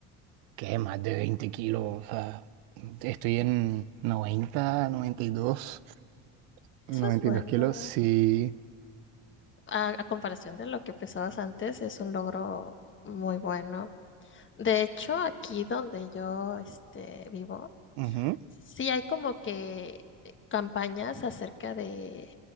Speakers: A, on the right; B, on the left.
A: que más de 20 kilos, o sea, estoy en noventa, noventa y dos,
B: Eso
A: noventa
B: es bueno.
A: y dos kilos, sí,
B: A, a comparación de lo que pesabas antes, es un logro muy bueno. De hecho, aquí donde yo este, vivo,
A: ujú,
B: Sí, hay como que eh, campañas acerca de,